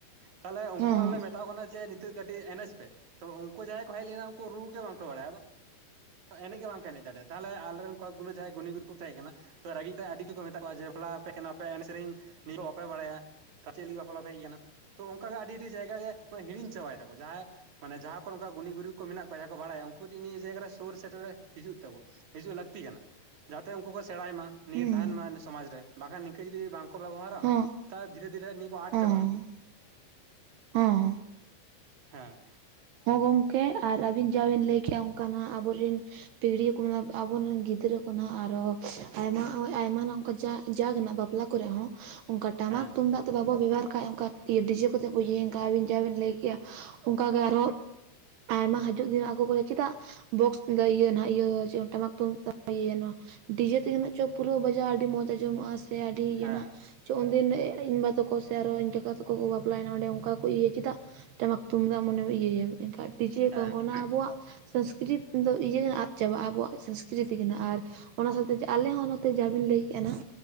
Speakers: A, on the right (about 45°); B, on the right (about 75°).
A: ᱛᱟᱦᱚᱞᱮ ᱩᱱᱠᱩ
B: ᱦᱚᱸ
A: ᱟᱞᱮ ᱢᱮᱛᱟᱣ ᱠᱟᱱᱟ ᱡᱮ ᱱᱤᱛᱚᱜ ᱠᱟᱹᱴᱤᱡ ᱮᱱᱮᱡ ᱯᱮ, ᱛᱚ ᱩᱱᱠᱩ ᱡᱟᱦᱟᱸᱭ ᱠᱚ ᱦᱮᱡ ᱞᱮᱱᱟ ᱩᱱᱠᱩ ᱨᱩ ᱜᱮ ᱵᱟᱝᱠᱚ ᱵᱟᱲᱟᱭᱟ᱾ᱟᱫᱚ ᱮᱱᱮᱡ ᱜᱮ ᱵᱟᱝᱠᱚ ᱮᱱᱮᱡ ᱫᱟᱲᱮᱭᱟᱜ ᱛᱟᱦᱚᱞᱮ ᱟᱞᱮ ᱨᱮᱱ ᱠᱚᱜ ᱜᱩᱞᱩ ᱡᱟᱦᱟᱸᱭ ᱜᱩᱱᱤ ᱜᱩᱨ ᱠᱚ ᱛᱟᱦᱮᱸ ᱠᱟᱱᱟ ᱛᱚ ᱨᱟᱹᱜᱤ ᱛᱮ ᱟᱹᱰᱤ ᱜᱮᱠᱚ ᱢᱮᱛᱟᱜ ᱠᱚᱣᱟ ᱡᱮ, ᱵᱚᱞᱟᱣ ᱟᱯᱮ ᱠᱟᱱᱟ ᱟᱯᱮ ᱮᱱᱮᱡ ᱥᱮᱨᱮᱧ ᱱᱤᱛᱚᱜ ᱵᱟᱯᱮ ᱵᱟᱲᱟᱭᱟ᱾ ᱛᱟ ᱪᱮᱫ ᱞᱟᱹᱜᱤᱫ ᱵᱟᱯᱞᱟ ᱯᱮ ᱦᱮᱡ ᱟᱠᱟᱱᱟ, ᱛᱚ ᱚᱱᱠᱟ ᱜᱮ ᱟᱹᱰᱤ- ᱟᱹᱰᱤ ᱡᱟᱭᱜᱟ ᱜᱮ ᱦᱤᱲᱤᱧ ᱪᱟᱵᱟᱭ ᱫᱟᱠᱚ ᱡᱟᱦᱟᱸᱭ ᱢᱟᱱᱮ ᱡᱟᱦᱟᱸ ᱠᱚᱨᱮ ᱚᱱᱠᱟ ᱜᱩᱱᱤ ᱜᱩᱨᱤᱵ ᱠᱚ ᱢᱮᱱᱟᱜ ᱠᱚᱣᱟ, ᱡᱟᱦᱟᱸ ᱠᱚ ᱵᱟᱲᱟᱭᱟ ᱩᱱᱠᱩ ᱠᱟᱹᱴᱤᱡ ᱱᱤᱭᱟᱹ ᱡᱟᱭᱜᱟ ᱨᱮᱥ ᱛᱟᱛᱳᱨᱮ ᱥᱮᱴᱮᱨᱮ ᱦᱤᱡᱩᱜ ᱛᱟᱹᱵᱩ ᱦᱤᱡᱩᱜ ᱞᱟᱹᱠᱛᱤ ᱠᱟᱱᱟ᱾ ᱡᱟᱛᱮ ᱩᱱᱠᱩ ᱠᱚ ᱥᱮᱲᱟᱭ ᱢᱟ᱾ ᱱᱤᱭᱟᱹ
B: ᱦᱩᱸ
A: ᱛᱟᱦᱮᱸᱱ ᱢᱟ ᱱᱤ ᱥᱚᱢᱟᱡ ᱨᱮ, ᱵᱟᱠᱷᱟᱱ ᱱᱤᱝᱠᱟᱹ ᱡᱩᱫᱤ ᱵᱟᱝ ᱠᱚ ᱵᱮᱵᱚᱦᱟᱨᱟ
B: ᱦᱚᱸ
A: ᱛᱟᱦ ᱫᱷᱤᱨᱮ-ᱫᱷᱤᱨᱮ ᱱᱤᱭᱟᱹ ᱠᱚ ᱟᱫ
B: ᱦᱚᱸ
A: ᱪᱟᱵᱟᱜᱼᱟ᱾
B: ᱦᱚᱸ
A: ᱦᱮᱸ᱾
B: ᱦᱚᱸ ᱜᱚᱝᱠᱮ, ᱟᱨ ᱟᱹᱵᱤᱱ ᱡᱟ ᱵᱮᱱ ᱞᱟᱹᱭ ᱠᱮᱫᱼᱟ ᱾ ᱚᱱᱠᱟᱱᱟᱜ ᱟᱵᱚᱨᱤᱱ ᱯᱤᱲᱦᱤ ᱠᱚᱱᱟᱜ, ᱟᱵᱚ ᱨᱮᱱ ᱜᱤᱫᱽᱨᱟᱹ ᱠᱚ ᱱᱷᱟᱜ, ᱟᱨᱚ ᱦᱼᱮᱼᱥ ᱟᱭᱢᱟ, ᱚᱭ ᱟᱭᱢᱟ ᱱᱚᱝᱠᱟ, ᱡᱟ, ᱡᱟᱜᱽ ᱱᱟᱜ ᱵᱟᱯ ᱞᱟ ᱠᱚᱨᱮ ᱦᱚᱸ, ᱚᱱᱠᱟ ᱴᱟᱢᱟᱠ
A: ᱦᱮᱸ
B: ᱛᱩᱝᱫᱟᱜ ᱵᱟᱵᱚ ᱵᱮᱵᱚᱦᱟᱨ ᱠᱷᱟᱡ, ᱚᱱᱠᱟ ᱰᱤᱡᱮ ᱠᱚᱛᱮ ᱵᱚ ᱤᱭᱟᱹᱭᱮᱱ ᱠᱷᱟᱡ, ᱟᱵᱤᱱ ᱡᱟᱦᱟᱸ ᱵᱤᱱ ᱞᱟᱹᱭ ᱠᱮᱜᱼᱟ ᱾ ᱚᱱᱠᱟᱜᱮ ᱟᱨᱚ ᱟᱭᱢᱟ ᱦᱟᱹᱡᱩᱜ ᱫᱤᱱ ᱦᱟᱸᱜ, ᱟᱠᱚ ᱠᱚ ᱞᱟᱹᱭᱟ ᱪᱮᱫᱟᱜ? ᱵᱚᱠᱥ ᱫᱚ ᱤᱭᱟᱹ ᱱᱷᱟᱸᱜ, ᱤᱭᱟᱹ ᱪᱮ ᱴᱟᱢᱟᱠ ᱛᱩᱢᱫᱟᱜ ᱵᱚᱱ ᱤᱭᱟᱹᱭᱟ ᱱᱚᱣᱟ ᱾ ᱰᱤᱡᱮ ᱛᱮᱜᱮ ᱱᱷᱟᱜ ᱪᱚ ᱯᱩᱨᱟᱹ ᱵᱟᱡᱟᱼᱟ, ᱟᱹᱰᱤ ᱢᱚᱸᱡᱽ ᱟᱸᱡᱚᱢᱚᱜᱼᱟ, ᱥᱮ ᱟᱹᱰᱤ ᱤᱭᱟᱹᱱᱷᱟᱜ᱾
A: ᱦᱮᱸ
B: ᱪᱚ, ᱩᱱᱫᱤᱱ ᱤᱧ ᱵᱟ ᱛᱟᱠᱚ ᱥᱮ, ᱟᱨᱚ ᱤᱧ ᱠᱟᱠᱟ ᱛᱟᱠᱚ ᱠᱚ ᱵᱟᱯᱞᱟ ᱭᱮᱱᱟ, ᱚᱸᱰᱮ ᱚᱱᱠᱟ ᱠᱚ ᱤᱭᱟᱹᱭᱟ ᱪᱮᱫᱟᱜ? ᱴᱟᱢᱟᱠ, ᱛᱩᱢᱫᱟᱜ, ᱢᱚᱱᱮᱢ ᱤᱭᱟᱭᱟᱢ ᱮᱱᱠᱷᱟᱱ, ᱰᱤᱡᱮ,
A: ᱦᱮᱸ
B: ᱠᱚᱝ ᱜᱚᱱᱟ, ᱟᱵᱚᱱᱟᱜ ᱥᱼᱦ, ᱥᱚᱝᱥᱠᱨᱤᱛ ᱫᱚ, ᱤᱭᱟᱹ ᱟᱫ ᱪᱟᱵᱟᱜᱼᱟ ᱾ ᱟᱵᱚᱣᱟᱜ ᱥᱚᱝᱥᱠᱨᱤᱛᱤ ᱜᱮ ᱟᱨ ᱚᱱᱟ ᱥᱟᱶᱛᱮ ᱡᱮ, ᱟᱞᱮ ᱦᱚᱸ ᱱᱚᱛᱮ ᱡᱟ ᱵᱤᱱ ᱞᱟᱹᱭ ᱠᱮᱫᱼᱟ ᱱᱟᱷᱜ,